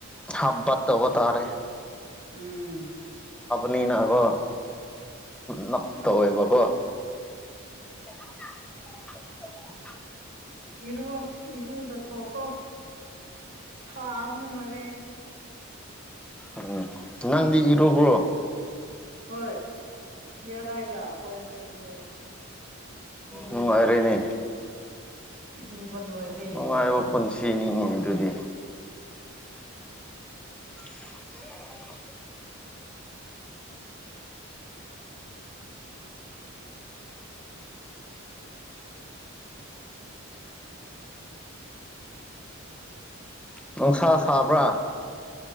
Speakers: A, in the centre; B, on the right.
A: ꯍꯥꯞꯕꯥ ꯇꯧꯕꯣ ꯇꯥꯔꯦ
B: ꯎꯝ
A: ꯅꯤꯅ ꯀꯣ ꯅꯞ
B: ꯏꯁꯤꯡ
A: ꯇꯧꯋꯦꯕꯀꯣ <unintelligible>
B: ꯏꯔꯣ ꯏꯔꯨꯖꯠ ꯍꯒꯣ ꯁ꯭ꯋꯥꯕꯅ ꯂꯧꯔꯦꯁꯦ
A: ꯎꯝ ꯅꯪꯗꯤ ꯏꯔꯨꯕ꯭ꯔꯣ
B: ꯍꯣꯏ ꯄꯦꯂꯤꯌꯥꯔꯥꯏꯒ ꯑꯩꯈꯣꯏ ꯑꯅꯤ ꯑꯗꯨ ꯏꯔꯨꯕ
A: ꯅꯨꯡꯉꯥꯏꯔꯦꯅꯦ
B: ꯏꯔꯨꯕ ꯂꯣꯏꯔꯦ
A: ꯅꯨꯡꯉꯥꯏꯕ
B: ꯂꯣꯏꯔꯦ
A: ꯄꯨꯟꯁꯤꯅꯤꯅꯦ ꯑꯗꯨꯗꯤ <unintelligible> ꯅꯨꯡꯁꯥ ꯁꯥꯕ꯭ꯔꯥ